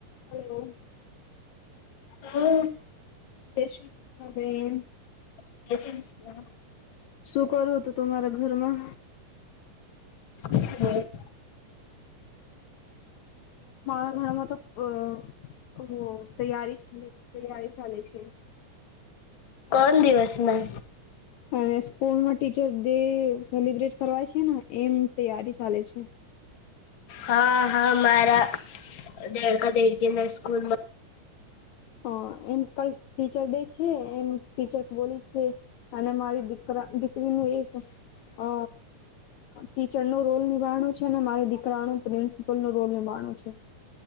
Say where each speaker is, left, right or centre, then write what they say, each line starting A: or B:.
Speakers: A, on the left (about 70°); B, on the left (about 45°).
A: હલો
B: હમ <unintelligible>
A: જય શ્રી ક્રિષ્ણ બેન
B: કોણ
A: શું કરું તો તમારા ઘરમાં
B: એ <inaudible>
A: મારા ઘરમાં તો અ ઓ તૈયારી તૈયારી ચાલે છે
B: કોણ દિવસના
A: હાને સ્કૂલમા ટીચર ડે સેલિબ્રેટ કરવા છે ને એમ તૈયારી ચાલે છે
B: હા હા મારા દડકા દેડકીના સ્કૂલમાં
A: હ એમ કાલ ટીચર ડે છે એમ ટીચર બોલી છે અને મારી દીકરા દીકરીનું એક અ ટીચર નો રોલ નિભાડનો છે અને મારી દીકરાનું પ્રિન્સિપલ નો રોલ નિભાર છે